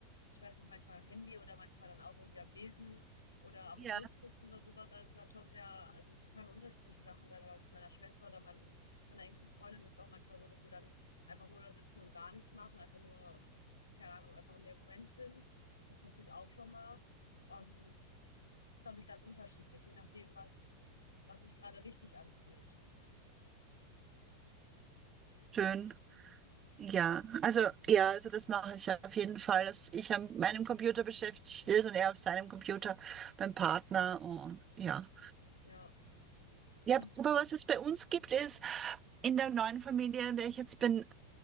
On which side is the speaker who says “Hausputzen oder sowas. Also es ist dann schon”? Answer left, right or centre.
Left